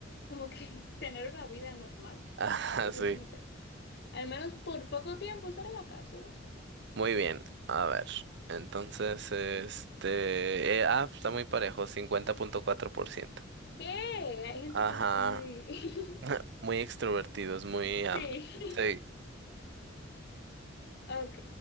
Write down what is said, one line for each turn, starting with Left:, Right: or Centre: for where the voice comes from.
Left: como que <laughs> tener una vida normal.
Right: Ajá,
Left: Entonces,
Right: sí.
Left: no sé. Al menos por poco tiempo estar en la cárcel, no sé.
Right: Muy bien. A ver. Entonces, este... eh, ah, está muy parejo, 50.4%.
Left: ¿Qué? Hay gente
Right: Ajá.
Left: como que muy...
Right: <laughs> Muy extrovertidos, muy... am,
Left: <laughs> Sí.
Right: sí.
Left: Ok,